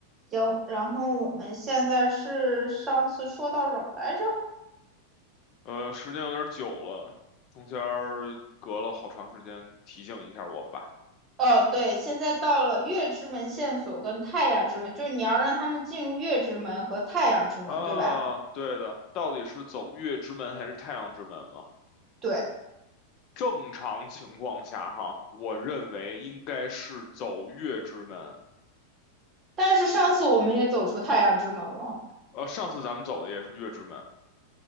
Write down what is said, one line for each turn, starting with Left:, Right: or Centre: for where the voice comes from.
Right: 行，然后我们现在是上次说到哪儿来着？
Left: 呃，时间有点久了，中间儿隔了好长时间，提醒一下我吧。
Right: 哦，对，现在到了月之门线索跟太阳之门，就是你要让他们进入月之门和太阳之门，
Left: 啊，
Right: 对吧？
Left: 对的，到底是走月之门还是太阳之门嘛？
Right: 对，
Left: 正常情况下哈，我认为应该是走月之门。
Right: 但是上次我们也走出太阳之门了，
Left: 呃，上次咱们走的也是月之门，